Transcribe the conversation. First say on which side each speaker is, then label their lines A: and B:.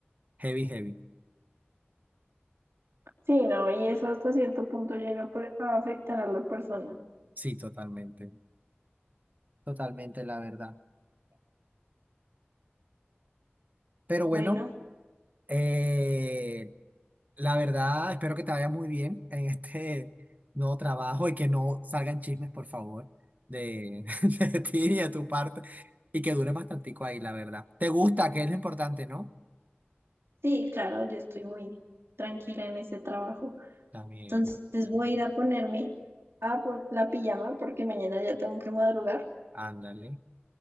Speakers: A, on the right (about 40°); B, on the right (about 85°).
A: heavy, heavy.
B: Sí, no, y eso hasta cierto punto llega a per- a afectar a la persona.
A: Sí, totalmente, totalmente, la verdad. Pero
B: Bueno,
A: bueno, eh, La verdad, espero que te vaya muy bien en este nuevo trabajo y que no salgan chismes, por favor, de, <laughs> de ti y de tu parte y que dure bastantico ahí, la verdad. ¿Te gusta? Que es lo importante, ¿no?
B: sí, claro, yo estoy muy tranquila en este trabajo.
A: También,
B: Entonces voy a ir a ponerme a pon- la pijama porque mañana ya tengo que madrugar.
A: ándale.